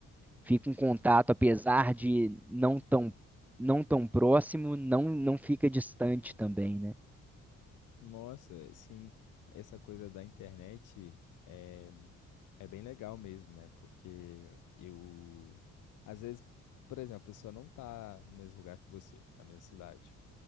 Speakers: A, in the centre; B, on the left.
A: fica um contato, apesar de não tão, não tão próximo, não, não fica distante também, né?
B: Nossa, sim, essa coisa da internet é, é bem legal mesmo, né? Porque eu, às vezes, por exemplo, a pessoa não tá no mesmo lugar que você, na mesma cidade.